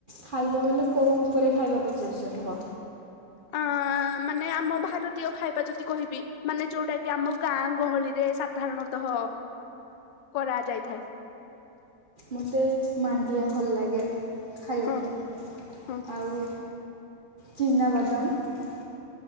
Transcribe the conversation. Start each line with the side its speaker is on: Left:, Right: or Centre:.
Right: ଖାଇବା ବଲେ କୋଉ ଉପରେ ଖାଇବା ପଚାରୁଛ କୁହ?
Left: ଆଁ ମାନେ ଆମ ଭାରତୀୟ ଖାଇବା ଯଦି କହିବି, ମାନେ ଯୋଉଟା କି ଆମ ଗାଁ ଗହଳିରେ ସାଧାରଣ ତଃ କରା ଯାଇଥାଏ।
Right: ମତେ ମାଣ୍ଡିଆ ଭଲ ଲାଗେ। ଖାଇବାକୁ।
Left: ହଁ ହଁ
Right: ଆଉ ଚିନାବାଦାମ,